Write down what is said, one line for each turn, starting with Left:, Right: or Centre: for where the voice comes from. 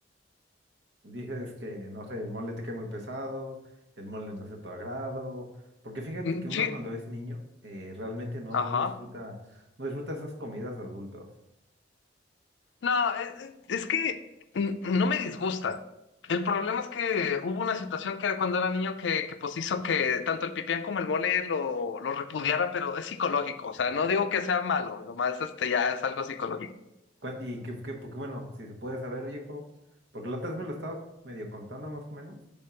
Right: Dices que, no sé, el mole te cae muy pesado, el mole no es de tu agrado, porque fíjate
Left: Mm,
Right: que uno
Left: Sí,
Right: cuando es niño eh, realmente no,
Left: ajá.
Right: no disfruta, no disfruta esas comidas adultos.
Left: No, es, es- es que mm, no me disgusta. El problema es que hubo una situación que cuando era niño que, que pues hizo que tanto el pipián como el mole lo, lo repudiara, pero es psicológico. O sea, no digo que sea malo, nomás este ya es algo psicológico.
Right: Cua- Y que, que- porque bueno, si se puede saber, viejo, porque la otra vez me lo estabas medio contando más o menos,